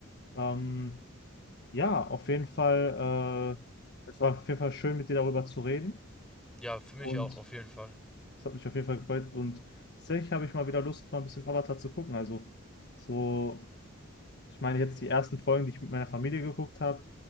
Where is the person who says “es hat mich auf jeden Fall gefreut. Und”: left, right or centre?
Left